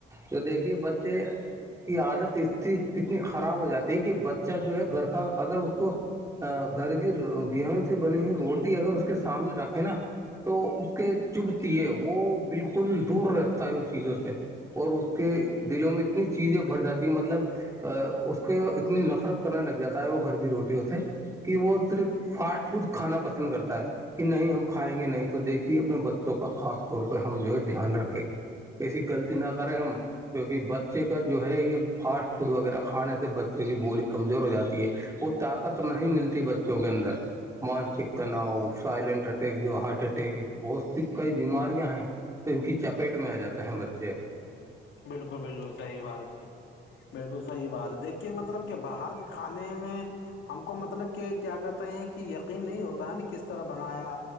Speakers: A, on the right (about 15°); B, on the left (about 75°).
A: جو دیکھیے بچے کی عادت اس اتنی خراب ہو جاتی ہے کہ بچہ جو ہے گھر کا اگر اس کو گھر کی گیہوں سے بنی ہوئی روٹی اگر اس کے سامنے رکھے نا تو اس کے چبھتیے ہے وہ بالکل دور رہتا ہے ان چیزوں سے اور اس کے دلوں میں اتنی چیزیں بھر جاتی مطلب اس کو اتنی نفرت کرنے لگ جاتا ہے وہ گھر کی روٹی سے کہ وہ صرف فاسٹ فوڈ کھانا پسند کرتا ہے کہ نہیں ہم کھائیں گے نہیں تو دیکھیے اپنے بچوں کا خاص طور پہ ہم جو ہے دھیان رکھے ایسی غلطی نہ کریں ہم کیونکہ بچے کا جو ہے یہ فاسٹ فوڈ وغیرہ کھانے سے بچوں کی باڈی کمزور ہو جاتی ہے وہ تاقت قت نہیں ملتی بچوں کے اندر مانسک تناؤ سائلینٹ اٹیک جو ہارٹ اٹیک بہت سی کئی بیماریاں ہیں تو ان کی چپیٹ میں آ جاتے ہیں بچے
B: بالکل بالکل صحی باتچی بالکل صحیح بات ہے دیکھیے مطلب کہ باہر کے کھانے میں ہم کو مطلب کہ کیا کہتے ہیں کہ یقین نہیں ہوتا ہے نا کس طرح بنایا